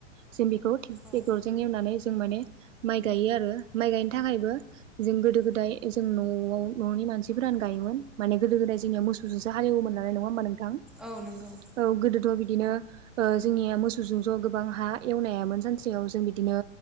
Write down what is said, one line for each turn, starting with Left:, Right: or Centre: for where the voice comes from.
Right: जों बेखौ ट्रेक्टरजों
Centre: औ
Right: एवनानै जों माने माइ गायो आरो माइ गायनो थाखायबो जों गोदो गोदाय जों न'वाव न'नि मानसिफोरानो गायोमोन माने गोदो गोदाय जोंनिया मोसौजों <unintelligible> जों हाल एवयोमोन नालाय नङा ओमबा नोंथां?
Centre: औ नंगौ
Right: औ गोदोथ' बिदिनो ओ जोंनिया मोसौजों ज' गोबां हा एवनो हायामोन सानसेयाव जों बिदिनो